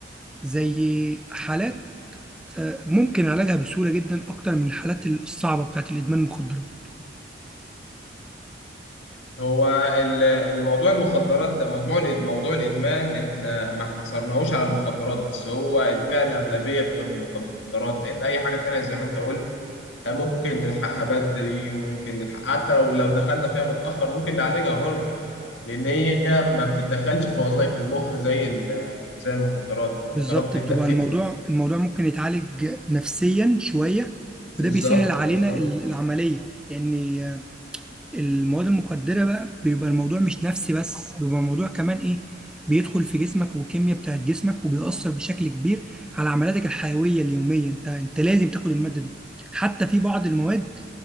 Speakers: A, in the centre; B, on the left.
A: زي حالات آه، ممكن علاجها بسهولة جدا أكتر من الحالات الصعبة بتاعت الإدمان المخدرات
B: هو ال- الموضوع المخدرات ده موضوع الإد- موضوع الإدمان احنا ما حصرناهوش على المخدرات بس هو الفئة الأغلبية بتبقى في المخدرات لأن أي حاجة تانية زي ما أنت قلت آه، ممكن نلحقها بدري وممكن نلحق حتى لو لو دخلنا فيها متأخر ممكن نعالجها برضه لأن هي ما بتتدخلش في وظائف المخ زي ال- زي المخدرات المخدرات
A: بالظبط
B: بتبدأ
A: بتبقى
B: تتلف
A: الموضوع الموضوع ممكن يتعالج نفسيا شوية وده
B: بالظبط
A: بيسهل علينا
B: بالظبط
A: ال- العملية لأن آه، المواد المخدرة بقى بيبقى الموضوع مش نفسي بس بيبقى الموضوع كمان إيه بيدخل في جسمك والكيمياء بتاعت جسمك وبيأثر بشكل كبير على عملياتك الحيوية اليومية أنت أنت لازم تاخد المادة دي حتى في بعض المواد